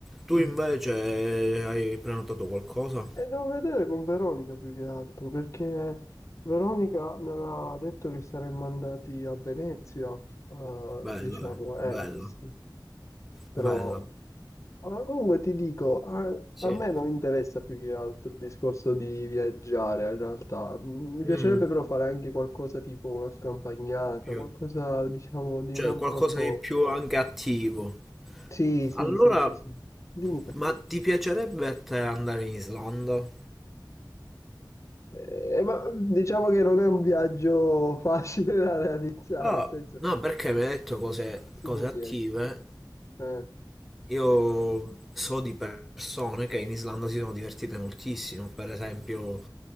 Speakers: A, in the centre; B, on the left.
A: Tu
B: mhm.
A: invece eh, hai prenotato qualcosa?
B: E devo vedere con Veronica più che altro, perché Veronica mi aveva detto che saremmo andati a Venezia, eh,
A: Bella,
B: diciamo,
A: eh,
B: eh,
A: bella,
B: sì. Però,
A: bella,
B: ah, ma comunque ti dico, a,
A: sì.
B: a me non interessa più che altro il discorso di viaggiare, in realtà. Mm, Mi piacerebbe
A: Mm,
B: però fare anche qualcosa tipo una scampagnata,
A: più-
B: qualcosa, diciamo, di
A: Cioè
B: non
A: qualcosa
B: troppo...
A: di più anche attivo.
B: Sì,
A: Allora,
B: sì, sì, sì, sì. Dimmi te.
A: ma ti piacerebbe a te andare in Islanda?
B: Eh, ma diciamo che non è un viaggio facile da realizzare,
A: Ah,
B: nel senso,
A: no, perché mi hai detto cose,
B: su
A: cose
B: due
A: attive.
B: piedi. Eh,
A: Io
B: sì.
A: so di persone che in Islanda si sono divertite moltissimo, per esempio
B: Mm.